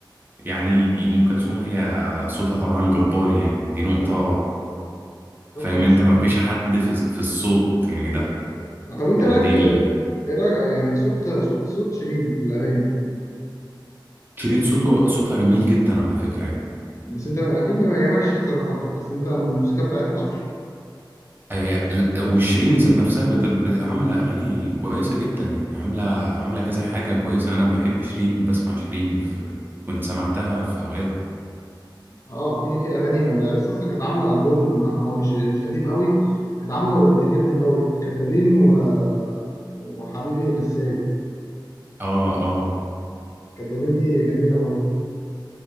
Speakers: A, on the right; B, on the left.
A: يعني ام كلثوم هي صوتها طبعا جبار يعني دي نقطه
B: كو- كوكب
A: فاهم
B: الشرق
A: انت ما فيش حد في في الصوت يعني ده
B: آه، طب انت
A: هي
B: رايك
A: دي
B: في
A: ال...
B: ايه رايك آه، يعني صوت صوت صوت شيرين في الاغاني
A: شيرين صوته صوتها جميل جدا على فكره يعني
B: بس انت اكيد ما يعجبكش تصرفاتها بس انت الموسيقى بتاعتها تحفه
A: هي لا، وشيرين ذات نفسها بت... بت- عامله اغاني كويسه جدا يعني عامله عامله كذا حاجه كويسه انا بحب شيرين وبسمع شيرين في... كنت سمعتها في اوقات
B: اه في في اغاني من ده لسه اصلا كانت عامله البوم هو مش مش قديم قوي كانت عامله اغنيتين جامدين قوي كدابين و... وحبيبي نساي
A: اه اه
B: كدابين دي جميله برضه